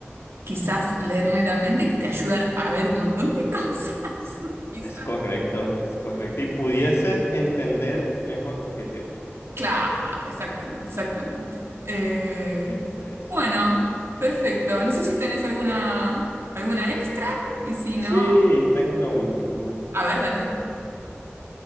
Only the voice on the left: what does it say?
Es correcto, es correcto. Y pudieses entender mejor por qué te odias.
Sí, sí, sí.
Sí, tengo una última, una última.